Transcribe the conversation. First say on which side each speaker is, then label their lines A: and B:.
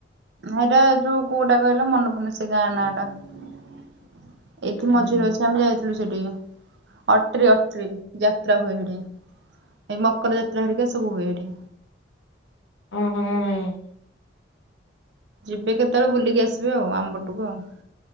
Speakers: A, on the right (about 65°); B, on the left (about 85°).
A: ଏଇଟା ଯୋଉ କଉଟା କହିଲ ମନେ ପଡୁନି ସେ ଗାଆଁ ନାଆଁ ଟା। <inaudible> ଏଠି
B: ହଁ
A: ମଜୁର ଅଛି ଆମେ ଯାଇ ସେଠୀ ଅଟ୍ରି ଅଟ୍ରି ଯା ଯାତ୍ରା ହୁଏ ହେଟି। ଏ ମକର ଯାତ୍ରା ହେରିକା ସବୁ ହୁଏ ହେଟି।
B: ଉଁ ହୁଁ।
A: ଯିବେ କେତେବେଳେ ବୁଲିକି ଆସିବେ ଆଉ ଆମ ପଟକୁ ଆଉ।